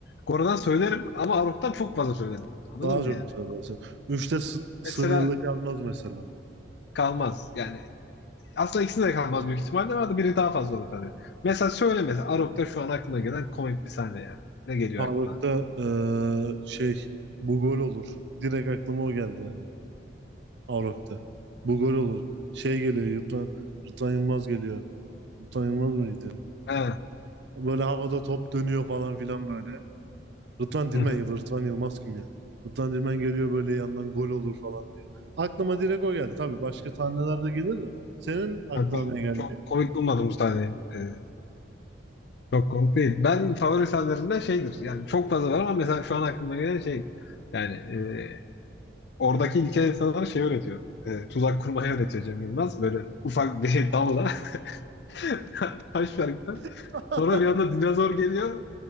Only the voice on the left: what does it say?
Goro'dan söylerim ama Arok'tan çok fazla söylerim. Anladın
mı
yani?
Mesela
kalmaz. Yani aslında ikisi de kalmaz büyük ihtimalle ama biri daha fazla olur tabii. Mesela söyle mesela Arok'ta şu an aklına gelen komik bir sahne yani. Ne geliyor
aklına?
He.
Hı hı.
Yani ben
çok komik bulmadım bu sahneyi. Ee, çok komik değil. Ben favori sahnelerimden şeydir. Yani çok fazla var ama mesela şu an aklıma gelen şey yani e, oradaki ilkel insanlara şey öğretiyor. E, tuzak kurmayı öğretiyor Cem Yılmaz. Böyle ufak bir <laughs> dalla <laughs> taş var gibi.
Sonra bir anda dinozor geliyor.